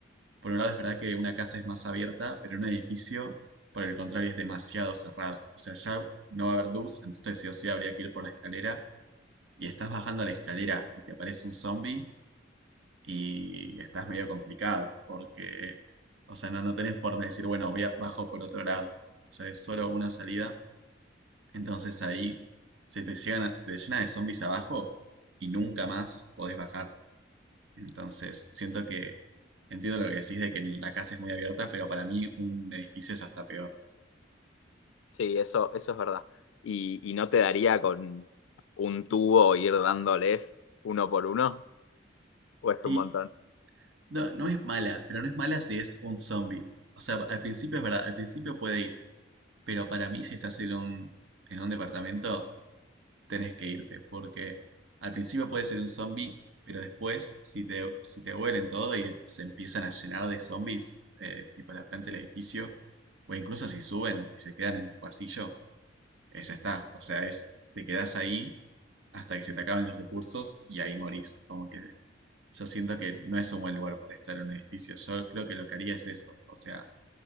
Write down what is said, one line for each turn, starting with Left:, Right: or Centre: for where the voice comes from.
Right: por un lado es verdad que una casa es más abierta, pero un edificio, por el contrario, es demasiado cerrado. O sea, ya no va a haber luz, entonces sí o sí habría que ir por la escalera y estás bajando la escalera y te aparece un zombie y estás medio complicado porque, o sea, no, no tenés forma de decir, bueno, voy a- bajo por otro lado. O sea, es solo una salida. Entonces ahí se te llena, se te llena de zombies abajo y nunca más podés bajar. Entonces siento que entiendo lo que decís de que la casa es muy abierta, pero para mí un edificio es hasta peor.
Left: Sí, eso, eso es verdad. Y, y no te daría con un tubo ir dándoles uno por uno, o es
Right: Y
Left: un montón.
Right: no, no es mala, pero no es mala si es un zombie. O sea, al principio es verdad, al principio puede ir, pero para mí si estás en un, en un departamento tenés que irte, porque al principio puedes ser un zombie, pero después, si te, si te huelen todo y se empiezan a llenar de zombies, eh, tipo la planta del edificio, o incluso si suben y se quedan en tu pasillo, eh, ya está. O sea, es, te quedás ahí hasta que se te acaben los recursos y ahí morís. Como que yo siento que no es un buen lugar para estar en un edificio. Yo creo que lo que haría es eso. O sea,